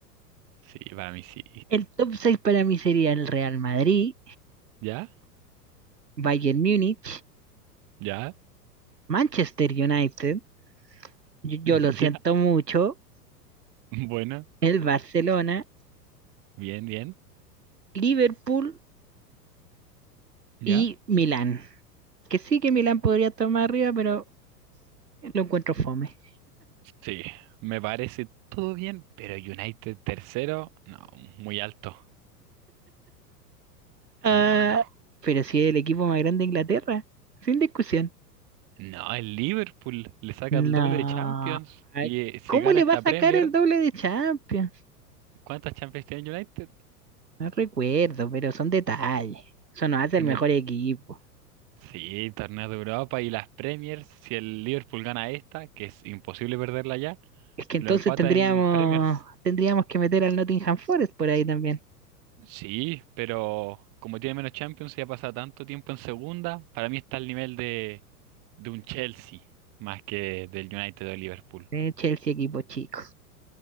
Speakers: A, on the right; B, on the right.
A: Sí, para mí sí.
B: El top 6 para mí sería el Real Madrid,
A: ¿Ya?
B: Bayern Múnich,
A: ¿Ya?
B: Manchester United, yo, yo
A: <laughs>
B: lo siento
A: ¿Ya?
B: mucho,
A: Bueno,
B: el Barcelona,
A: bien, bien.
B: Liverpool
A: ¿Ya?
B: Y Milán, que sí que Milán podría tomar arriba, pero lo encuentro fome.
A: Sí, me parece todo bien, pero United tercero, no, muy alto.
B: Ah,
A: No, no.
B: pero si es el equipo más grande de Inglaterra, sin discusión.
A: No, el Liverpool le saca
B: No.
A: el doble de Champions. Y eh, si
B: ¿Cómo
A: gana
B: le
A: esta
B: va a sacar
A: Premier,
B: el doble de Champions?
A: ¿cuántas Champions tiene el United?
B: No recuerdo, pero son detalles. Eso nos hace
A: Tiene,
B: el mejor equipo.
A: sí, torneos de Europa y las Premiers. Si el Liverpool gana esta, que es imposible perderla ya,
B: Es que
A: lo
B: entonces
A: empata
B: tendríamos,
A: en Premiers.
B: tendríamos que meter al Nottingham Forest por ahí también.
A: Sí, pero como tiene menos Champions y ha pasado tanto tiempo en segunda, para mí está al nivel de, de un Chelsea más que del United o Liverpool.
B: Eh, Chelsea equipo chico.